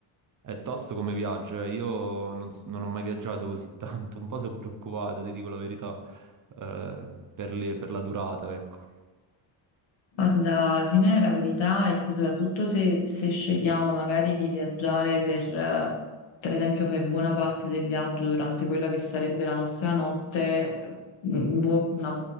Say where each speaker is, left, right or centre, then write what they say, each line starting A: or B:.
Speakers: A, on the right; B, on the left.
A: è tosto come viaggio, eh. Io non, s- non ho mai viaggiato così <laughs> tanto, un po' sono preoccupato, ti dico la verità, eh, per le- per la durata, ecco.
B: Guarda, alla fine la verità è che soprattutto se, se scegliamo magari di viaggiare per, eh, per esempio, fare buona parte del viaggio durante quella che sarebbe la nostra notte, mm, boh, una-